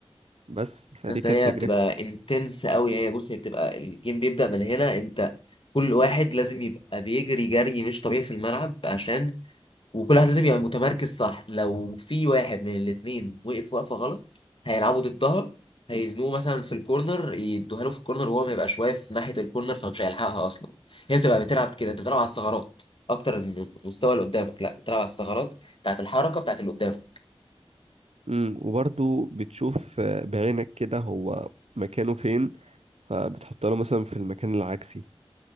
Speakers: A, on the right; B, on the left.
A: بس فدي
B: يا اسطى
A: كانت
B: هي
A: تجربتي
B: بتبقى انتنس قوي هي بص هي بتبقى الجيم بيبدأ من هنا انت كل واحد لازم يبقى بيجري جري مش طبيعي في الملعب عشان وكل واحد لازم يبقى متمركز صح لو في واحد من الاتنين وقف وقفة غلط هيلعبوا ضدها هيزنوه مثلا في الكورنر يدوها له في الكورنر وهو ما يبقاش واقف ناحية الكورنر فمش هيلحقها اصلا هي بتبقى بتلعب كده انت بتلعب على الثغرات اكتر من المستوى اللي قدامك لا بتلعب على الثغرات بتاعت الحركة بتاعت اللي قدامك
A: أمم، وبرضو بتشوف آه، بعينك كده هو مكانه فين فبتحط له مثلا في المكان العكسي